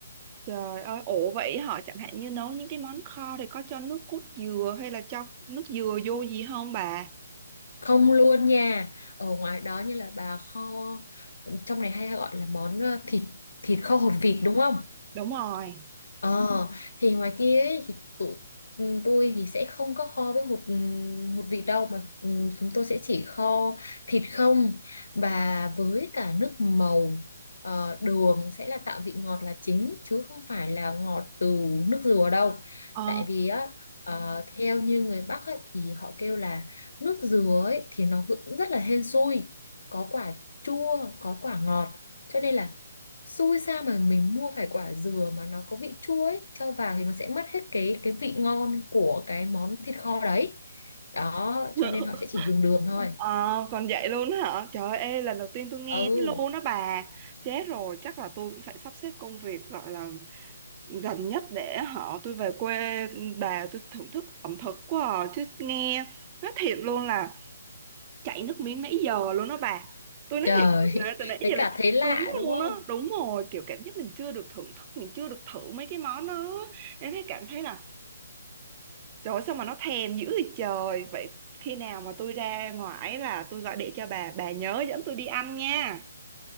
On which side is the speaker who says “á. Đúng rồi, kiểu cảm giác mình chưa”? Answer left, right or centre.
Right